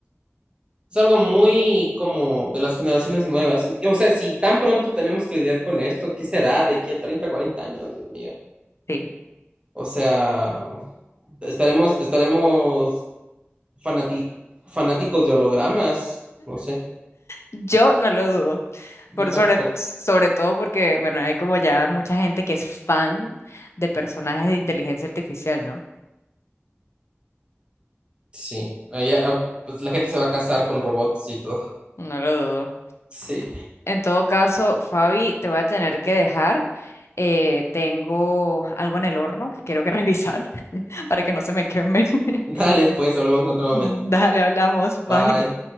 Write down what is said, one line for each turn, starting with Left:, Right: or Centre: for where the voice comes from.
Right: Es algo muy como de las generaciones nuevas. Y, o sea, si tan pronto tenemos que lidiar con esto, ¿qué será de aquí a 30 40 años, Dios mío?
Left: Sí.
Right: O sea, estaremos, estaremos fanati- fanáticos de hologramas. No sé,
Left: Yo no lo dudo,
Right: yo
Left: por
Right: tampoco.
Left: sobre, sobre todo porque, bueno, hay como ya mucha gente que es fan de personajes de inteligencia artificial, ¿no?
Right: Sí, allá, ah, pues la gente se va a casar con robots y todo.
Left: No lo dudo.
Right: Sí.
Left: En todo caso, Fabi, te voy a tener que dejar. Eh, tengo algo en el horno que quiero que revisar <laughs> para que no se me queme. <laughs>
Right: Dale, pues, hablamos en otro momento.
Left: Dale, hablamos. Bye.
Right: Bye.